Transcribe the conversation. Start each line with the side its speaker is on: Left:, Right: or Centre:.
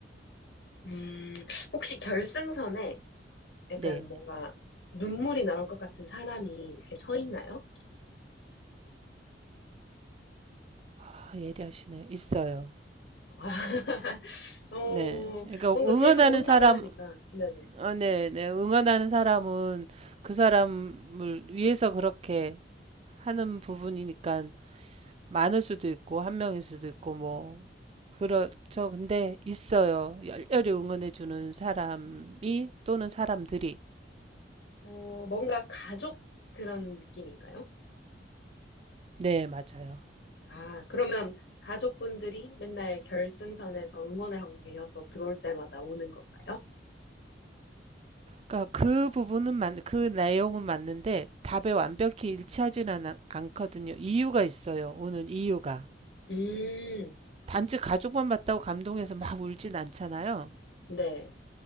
Left: 음, 혹시 결승선에 약간
Right: 네.
Left: 뭔가 눈물이 나올 것 같은 사람이 이렇게 서 있나요?
Right: 아, 예리하시네. 있어요.
Left: 아, <laughs> 어,
Right: 네. 그러니까
Left: 뭔가
Right: 응원하는
Left: 계속 운다고
Right: 사람
Left: 하니까. 네네.
Right: 아, 네, 네. 응원하는 사람은 그 사람을 위해서 그렇게 하는 부분이니까 많을 수도 있고, 한 명일 수도 있고, 뭐. 그렇죠. 근데 있어요. 열렬히 응원해주는 사람이 또는 사람들이.
Left: 어, 뭔가 가족 그런 느낌인가요?
Right: 네, 맞아요.
Left: 아, 그러면 가족분들이 맨날 결승선에서 응원을 하고 계셔서 들어올 때마다 오는 건가요?
Right: 그러니까 그 부분은 맞, 그 내용은 맞는데 답에 완벽히 일치하진 않, 않거든요. 이유가 있어요. 오는 이유가.
Left: 음,
Right: 단지 가족만 봤다고 감동해서 막 울진 않잖아요.
Left: 네.